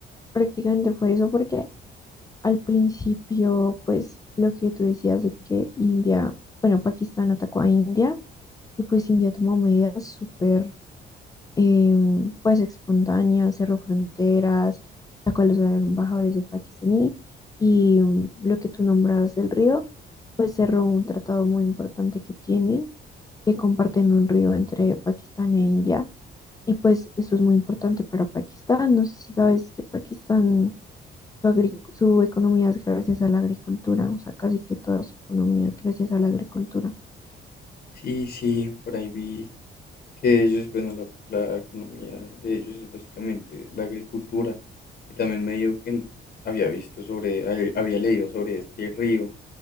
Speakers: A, on the left; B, on the left.
A: prácticamente fue eso porque Al principio, pues lo que tú decías de que India, bueno, Pakistán atacó a India y pues India tomó medidas súper, em, pues espontáneas, cerró fronteras, sacó a los embajadores de pakistaní y mm, lo que tú nombrabas del río, pues cerró un tratado muy importante que tienen, que comparten un río entre Pakistán e India y pues eso es muy importante para Pakistán. No sé si sabes que Pakistán su, agri- su economía es gracias a la agricultura, o sea, casi que toda su economía es gracias a la agricultura.
B: Sí, sí, por ahí vi que ellos, bueno, la, la economía de ellos es básicamente la agricultura. Y también me dijo que había visto sobre, había leído sobre este río,